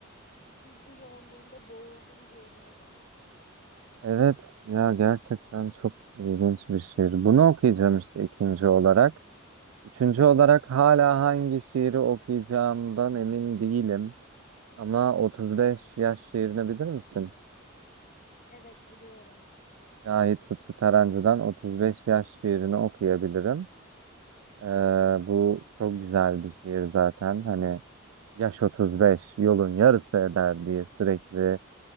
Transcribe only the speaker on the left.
duygu yoğunluğunda boğuldum diyebilirim.
Evet biliyorum.